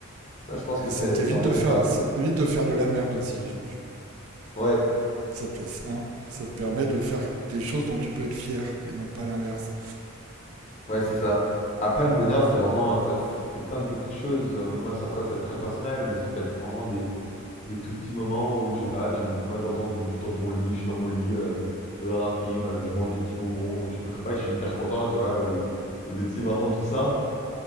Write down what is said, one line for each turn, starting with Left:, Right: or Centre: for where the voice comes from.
Left: Ça, je pense
Right: Et
Left: que
Right: ça
Left: c'est
Right: t'évite
Left: c'est un bon
Right: de
Left: départ.
Right: faire ça t'évite de faire de la merde aussi.
Left: Ouais,
Right: Ça te, hein, ça te permet de faire des choses dont tu peux être fier et non pas l'inverse.
Left: ouais, c'est ça. Après, le bonheur, c'est vraiment, ça- c'est plein de petites choses. Euh, Moi, ça, après, c'est très personnel, mais ça peut être vraiment des, des tout petits moments où, je sais pas, tu, moi, t'entends juste dans ton lit, je suis dans mon lit, euh, je regarde un film, euh, je mange des petits bonbons, je sais pas quoi, <laughs> je suis hyper content, tu vois, ou des, ou des trucs vraiment tout simples.